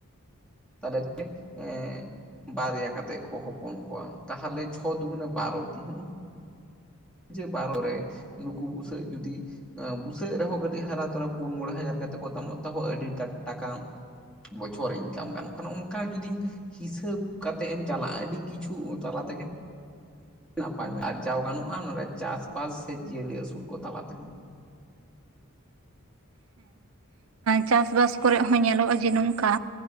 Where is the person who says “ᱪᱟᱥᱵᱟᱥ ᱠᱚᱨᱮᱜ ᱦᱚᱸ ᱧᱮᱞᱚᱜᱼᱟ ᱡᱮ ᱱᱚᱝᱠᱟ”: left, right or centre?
Right